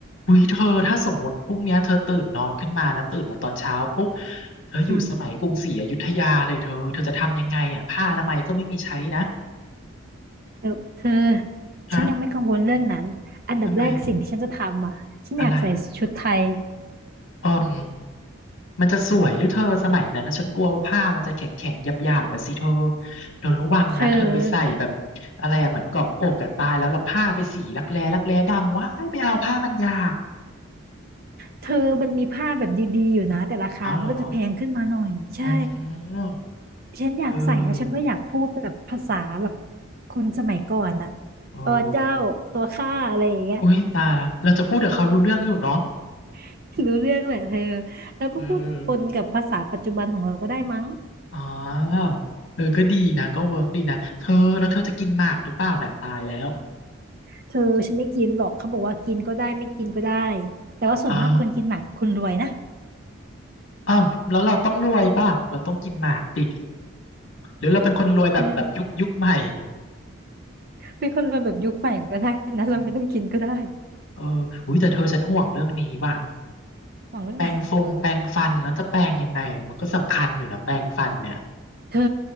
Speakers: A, on the left; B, on the right.
A: อุ้ยเธอถ้าสมมติพรุ่งเนี้ยเธอตื่นนอนขึ้นมานะตื่นมาตอนเช้าปุ๊บเธออยู่สมัยกรุงศรีอยุธยาเลยเธอเธอจะทำยังไงอ่ะผ้าอนามัยก็ไม่มีใช้นะ
B: อืมเดี๋ยวเธอ
A: ฮะ
B: ฉันยังไม่กังวลเรื่องนั้นอันดับแรกสิ่งที่ฉันจะทำอ่ะฉันอยากใส่ชุดไทย
A: ทำไมอะไรอืมมันจะสวยหรือเธอสมัยนั้นนะฉันกลัวว่าผ้ามันจะแข็งแข็งหยาบหยาบไปสิเธอเธอระวังนะเธอไปใส่แบบ
B: เธอ
A: อะไรอ่ะเหมือนเกาะอกอ่ะตายแล้วแล้วผ้าไปสีรักแร้รักแร้ดำว้ายไม่เอาผ้ามันหยาบ
B: เธอมันมีผ้าแบบดีๆอยู่นะแต่ราคามันก็จะแพงขึ้นมาหน่อยใช่
A: เอาเหรออ๋อ
B: ฉันอยากใส่แล้วฉันก็อยากพูดแบบภาษาแบบ
A: เออ
B: คนสมัยก่อนอ่ะ
A: เออ
B: อ๋อเจ้าตัวข้าอะไรอย่างเงี้ย
A: อุ้ยตายละเราจะพูดกับเขารู้เรื่องอยู่เนาะ
B: <laughs> รู้เรื่องแหละเธอแล้วก็พูดปนกับภาษาปัจจุบันของเราก็ได้มั้ง
A: เอออ๋อเออก็ดีนะก็เวิร์กดีนะเธอแล้วเธอจะกินหมากหรือเปล่าน่ะตายแล้ว
B: เธอฉันไม่กินหรอกเขาบอกว่ากินก็ได้ไม่กินก็ได้แต่ว่าส่วนมากคนกินหมากคือคนรวยนะ
A: อ่าอ้าวแล้วเราต้องรวยป่ะเราต้องกินหมากดิหรือเราเป็นคนรวยแบบแบบยุคยุคใหม่
B: เออเป็นคนเรวแบบยุคใหม่ก็ได้นะเราไม่ต้องกินก็ได้
A: อืมเอออุ้ยแต่เธอฉันห่วงเรื่องนี้ว่ะ
B: หวังเรื่องไหน
A: แปรงฟงแปรงฟันแล้วจะแปรงยังไงอะมันก็สำคัญอยู่นะแปรงฟันเนี่ย
B: เธอ